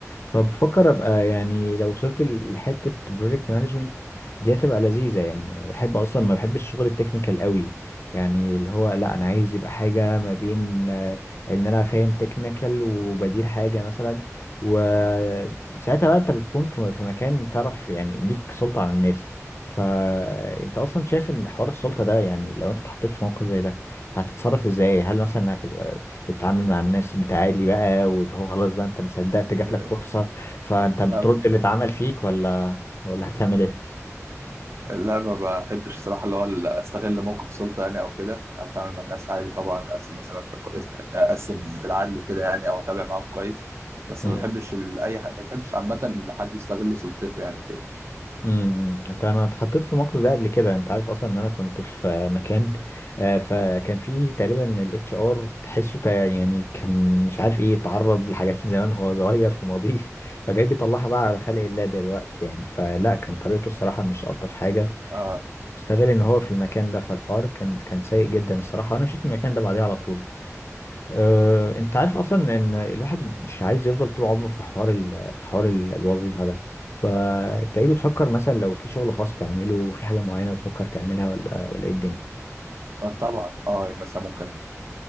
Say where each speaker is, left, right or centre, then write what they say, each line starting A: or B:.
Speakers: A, on the left; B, on the right.
A: فبفكر ابقى يعني لو وصلت لحته بروجكت مانجمنت دي هتبقى لذيذه يعني انا بحب اصلا ما بحبش الشغل التكنيكال قوي يعني اللي هو لا انا عايز يبقى حاجه ما بين آه، ان انا فاهم تكنيكال وبدير حاجه مثلا وساعتها بقى انت بتكون في في مكان تعرف يعني ليك سلطه على الناس فانت اصلا شايف ان حوار السلطه ده يعني لو انت اتحطيت في موقف زي ده هتتصرف ازاي هل مثلا هتبقى بتتعامل مع الناس بتعالي بقى واللي هو خلاص بقى انت ما صدقت جات
B: آه،
A: لك فرصة فانت بترد
B: لا ما بحبش
A: اللي اتعمل فيك ولا ولا هتعمل ايه
B: لا ما بحبش الصراحة اللي هو ال- استغل موقف سلطة يعني او كده انا بتعامل مع الناس عادي طبعا اقسم مثلا التق- است- اقسم بالعدل وكده يعني او اتابع معاهم كويس بس
A: امم
B: ما بحبش ال... اي ح... ما بحبش عامة ان حد يستغل سلطته يعني وكده
A: امم انت انا اتحطيت في الموقف ده قبل كده انت عارف اصلا ان انا كنت في آه، مكان آه، فكان في تقريبا الاتش ار تحسه تا- يعني كان مش عارف ايه اتعرض لحاجات <laughs> من زمان وهو صغير في ماضيه <laughs> فجاي بيطلعها بقى على خلق الله دلوقتي يعني فلا كان طريقته الصراحه مش الطف حاجه
B: اه
A: استغل ان هو في المكان ده فالحوار كان كان سيء جدا الصراحه انا مشيت من المكان ده بعديه على طول أه، انت عارف اصلا ان الواحد مش عايز يفضل طول عمره في حوار ال... في حوار ال- الوظيفه ده فانت ايه بتفكر مثلا لو في شغل خاص تعمله في حاجه معينه بتفكر تعملها ولا ولا ايه الدنيا
B: اه طبعا اه يعني مثلا ممكن